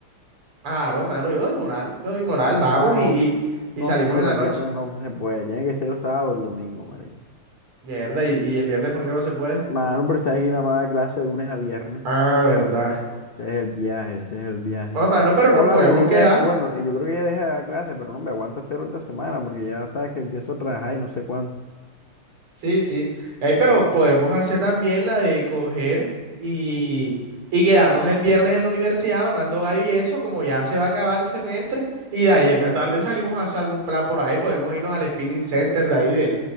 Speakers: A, on the right; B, on the left.
A: Claro, mano, yo doy moral, yo doy moral,
B: Joa,
A: vamos
B: no,
A: y, y,
B: no,
A: y salimos
B: mentira,
A: en la
B: el
A: noche.
B: viernes no se puede, tiene que ser el sábado o el domingo, marica.
A: Mierda, y, y el viernes, ¿por qué no se puede?
B: Mano, pero sabes que mi mamá da clase de lunes a viernes.
A: Ah, verdad.
B: Ese es el viaje, ese es el viaje.
A: Ah, mano, pero
B: O
A: nos
B: la
A: podemos
B: única,
A: quedar.
B: bueno, eh, yo creo que ya deja de dar clases, pero no, me aguanta cero esta semana porque ya sabes que empiezo a trabajar y no sé cuánto.
A: Sí, sí. Ey, pero podemos hacer también la de coger y, y quedarnos el viernes en la universidad mamando gallo y eso, como ya se va a acabar el semestre. Y de ahí en la tarde salimos a hacer algún plan por ahí. Podemos irnos al spinning center de ahí de-